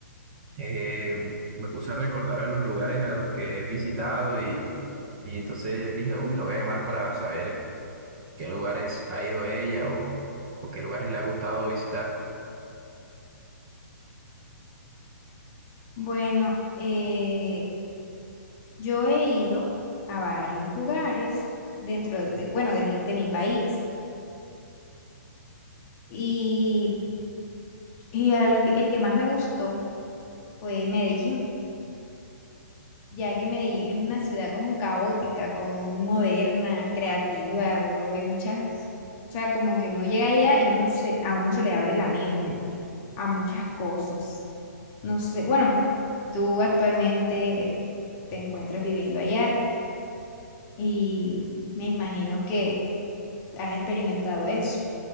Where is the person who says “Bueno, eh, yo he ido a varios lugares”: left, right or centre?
Left